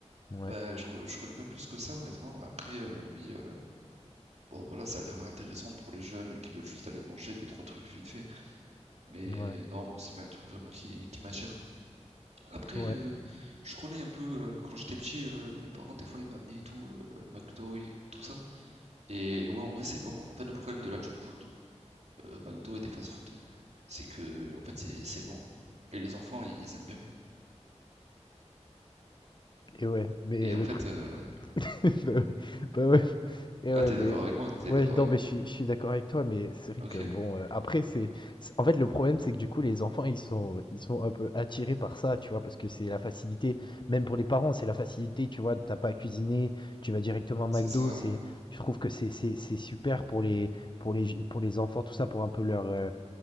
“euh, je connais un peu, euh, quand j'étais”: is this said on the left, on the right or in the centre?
Right